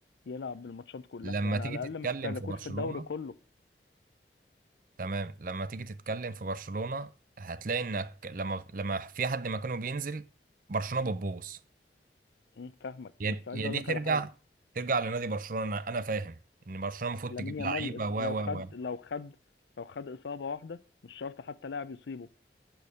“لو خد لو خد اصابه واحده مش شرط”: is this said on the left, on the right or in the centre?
Left